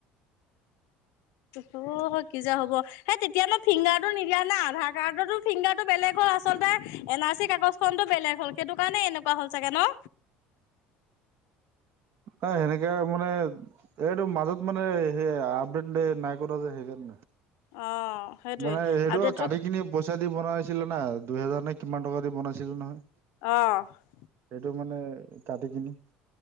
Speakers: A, on the left; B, on the right.
A: ত হয় কি যে হ'ব সেই তেতিয়াানো ফিংগাৰটো নিদিয়া না আধাৰ কাৰ্ডৰো ফিংগাৰটো বেলেগ হয়। আচলতে এন আৰ চি কাগজ খটো বেলেগ হ'ল সেইটো কাৰণে এনেকুৱা হ'ল চাগে ন
B: ন সেনেকাে মানে এইটো মাজত মানে স আপডেট নাই কৰাত যে সেইকাৰণে
A: অ সেইটোৱে
B: মানে সেইটো
A: আপডেটটো
B: কাটি কিনি পইচা দি বনাই, ছিলে না দুইহেজাৰ নে কিমান টকা দি বনাইছিলে নহয়
A: অ
B: সেইটো মানে, কাটিকিনি,